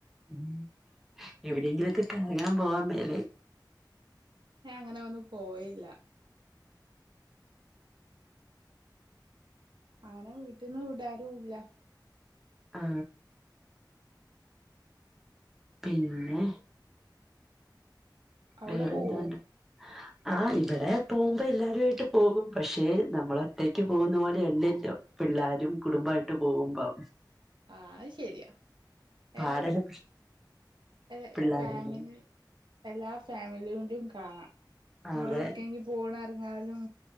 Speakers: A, in the centre; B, on the right (about 80°).
A: ഉം, എവിടെങ്കിലൊക്കെ കറങ്ങാൻ പോവാൻ മേലെ
B: ഞാൻ അങ്ങനെ ഒന്നും പോയില്ല. അങ്ങനെ വീട്ടിന്ന് വിടാരൂ ഇല്ല.
A: ആ പിന്നെ
B: അവിടെ
A: കുറേ ഏതാണ്ട്
B: <inaudible>
A: ആ ഇവിടെ പോകുമ്പോ എല്ലാരും ആയിട്ട് പോകും. പക്ഷേ നമ്മള് ഒറ്റയ്ക്ക് പോവുന്ന പോലെ എല്ലെല്ലോ? പിള്ളാരും കുടുംമ്പായിട്ട് പോവുമ്പം.
B: ആഹ് അഹ്ശെര്യാ
A: പാടല്ലേ
B: ഏഹ് ഏഹ്
A: പിള്ളാരന്നെ
B: ഫാമിലി എല്ലാ ഫാമിലിയിലും കാണാ അമ്മളെവിട്ക്കേങ്കും
A: അതെ
B: പോണ ന്നാലും